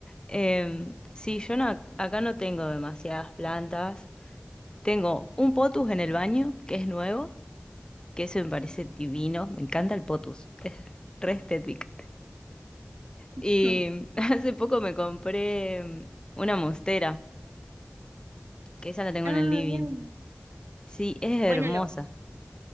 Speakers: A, on the left; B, on the right.
A: Em, sí, yo no- acá no tengo demasiadas plantas. Tengo un potus en el baño, que es nuevo, que eso me parece divino. Me encanta el potus, es re estético. Y
B: <laughs>
A: <laughs> hace poco me compré em, una monstera, que esa la tengo
B: Ah,
A: en el living.
B: bien.
A: Sí, es
B: Bueno,
A: hermosa.
B: lo-